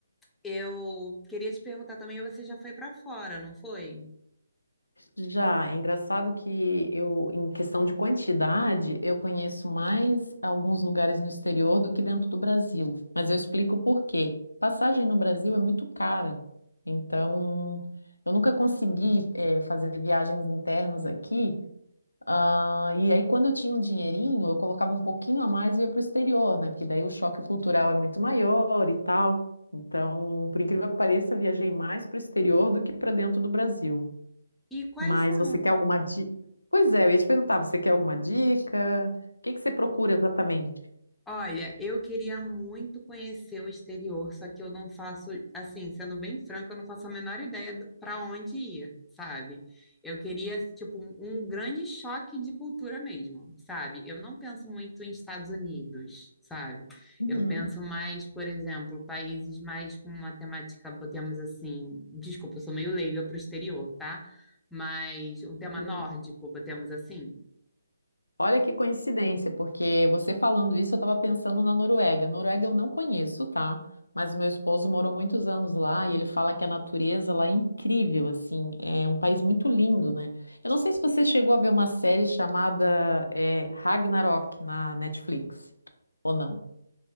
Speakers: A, in the centre; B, on the left (about 80°).
A: eu queria te perguntar também, você já foi pra fora, não foi?
B: Já, é engraçado que eu, em questão de quantidade, eu conheço mais alguns lugares no exterior do que dentro do Brasil. Mas eu explico por quê. Passagem no Brasil é muito cara. Então, eu nunca consegui, eh, fazer viagens internas aqui. Ah, e aí, quando eu tinha um dinheirinho, eu colocava um pouquinho a mais e ia para o exterior, né? Porque daí o choque cultural é muito maior e tal. Então, por incrível que pareça, eu viajei mais para o exterior do que para dentro do Brasil.
A: E quais
B: Mas
A: são?
B: você quer alguma dica? Pois é, eu ia te perguntar, você quer alguma dica? O que que você procura exatamente?
A: Olha, eu queria muito conhecer o exterior, só que eu não faço, assim, sendo bem franca, eu não faço a menor ideia para onde ir, sabe? Eu queria, tipo, um, um grande choque de cultura mesmo, sabe? Eu não penso muito em Estados Unidos, sabe?
B: Uhum,
A: Eu penso mais, por exemplo, países mais com uma temática, botemos assim, desculpa, eu sou meio leiga para o exterior, tá? Mas um tema
B: combino.
A: nórdico, botemos assim.
B: Olha que coincidência, porque você falando isso, eu estava pensando na Noruega. Noruega eu não conheço, tá? Mas meu esposo morou muitos anos lá e ele fala que a natureza lá é incrível, assim, é um país muito lindo, né? Eu não sei se você chegou a ver uma série chamada é, Ragnarok na Netflix ou não.